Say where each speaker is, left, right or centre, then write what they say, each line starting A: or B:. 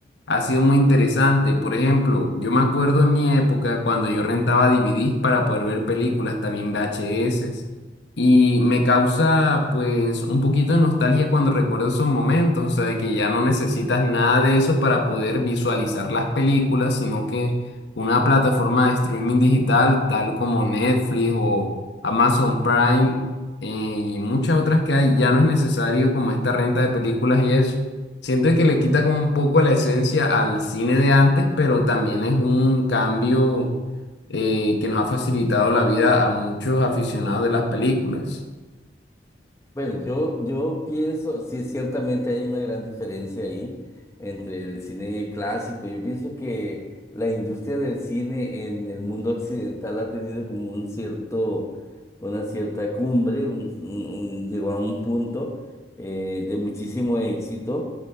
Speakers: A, on the left; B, on the left.
A: ha sido muy interesante. Por ejemplo, yo me acuerdo en mi época cuando yo rentaba DVDs para poder ver películas, también VHS. Y me causa pues un poquito de nostalgia cuando recuerdo esos momentos, o sea, de que ya no necesitas nada de eso para poder visualizar las películas, sino que una plataforma de streaming digital tal como Netflix o Amazon Prime eh, y muchas otras que hay, ya no es necesario como esta renta de películas y eso. Siento que le quita como un poco la esencia al cine de antes, pero también es un cambio eh, que nos ha facilitado la vida a muchos aficionados de las películas,
B: Bueno, yo, yo pienso, sí, ciertamente hay una gran diferencia ahí entre el cine clásico. Yo pienso que la industria del cine en el mundo occidental ha tenido como un cierto, una cierta cumbre, un, un- un- llegó a un punto eh, de muchísimo éxito.